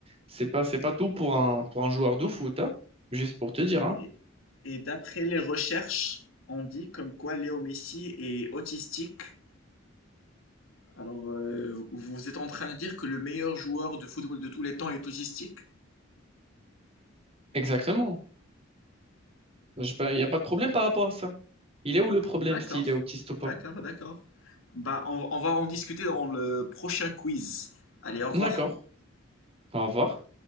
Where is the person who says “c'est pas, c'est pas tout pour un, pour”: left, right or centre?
Right